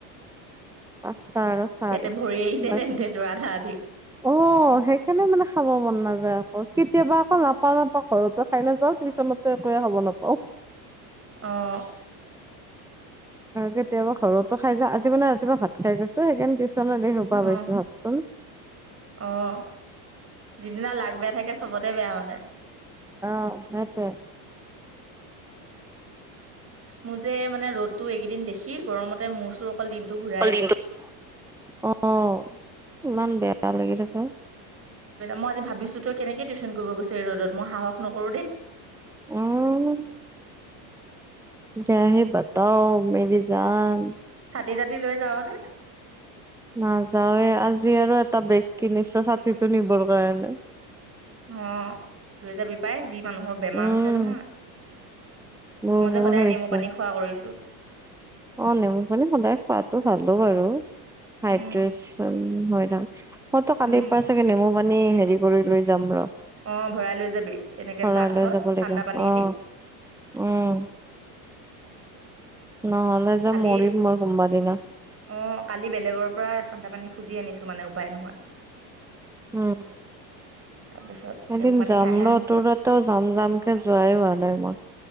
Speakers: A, in the centre; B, on the right.
A: পাঁচটা আৰু চাহ
B: পেট
A: দিছে
B: ভৰি আহিছে
A: বাকী
B: তেন্ত তোৰ আধা আধি।
A: অ' সেইকাৰণে মানে খাব মন নাযায়। অ' কেতিয়াবা আকৌ নাপা নাপাওঁ কৰোঁ, ঘৰতো খাই নাযাওঁ টিউচনতো একোৱে খব নাপাওঁ।
B: অ'।
A: <inaudible> আৰু কেতিয়াবা ঘৰতো খাই যাওঁ। আজি মানে ৰাতিপুৱা ভাত খাই গৈছোঁ, সেইকাৰণে টিউশ্যনত এই সোপা
B: অ',
A: পাইছোঁ ভাবচোন।
B: অ', যিদিনা লাক বেয়া থাকে, চবতে বেয়া মানে।
A: অ' সেইটোৱে।
B: মোৰ যে মানে ৰ'দটো এইকেইদিন দেখি, গৰমতে মূৰ চোৰ অকল দিনটো ঘূৰা
A: <unintelligible> অ' অ' ইমান বেয়া লাগি থাকে।
B: মই আজি ভাবিছোঁ তই কেনেকে টিউশন কৰিব গৈছ এই ৰ'দত, মই সাহস নকৰো দেই।
A: উম। কিয়া হে বাতাও, মেৰি যান।
B: ছাতি তাতি লৈ যাওঁ নে?
A: নাযাওয়ে, আজি আৰু এটা বেগ কিনিছোঁ, ছাতিটো নিবৰ কাৰণে।
B: অ', লৈ যাবি পাই, যি মানুহৰ বেমাৰ
A: উম
B: হৈছে নহয়।
A: বহুত
B: মই যে সদায়
A: হৈছে
B: নেমু পানী খোৱা কৰিছোঁ।
A: অ', নেমু পানী সদায় খোৱাতো ভালোঁ বাৰু। হাইড্ৰেছন
B: উম,
A: হয় না', মইতো কালিৰ
B: উম,
A: পৰা চাগে নেমু পানি হেৰি কৰি লৈ যাম ৰ'।
B: অ', ভৰাই লৈ যাবি, এনেকে
A: ভৰাই
B: ফ্লাস্কসত,
A: লৈ যাব লাগিব
B: ঠাণ্ডা পানী
A: অ
B: এদি।
A: উম। নহ'লে যে
B: কালি
A: মৰিম মই কোনোবা দিনা।
B: অ', কালি বেলেগৰ পৰা ঠান্দা পানী খুজি আনিছোঁ, মানে উপায় নোহোৱাত।
A: উম।
B: তাৰপিছত নেমু
A: এদিন
B: পানী
A: যাম
B: খাইহে
A: ৰ',
B: শান্তি
A: তোৰ ততেও যাম-যামকে যোৱাই হোৱা নাই মই।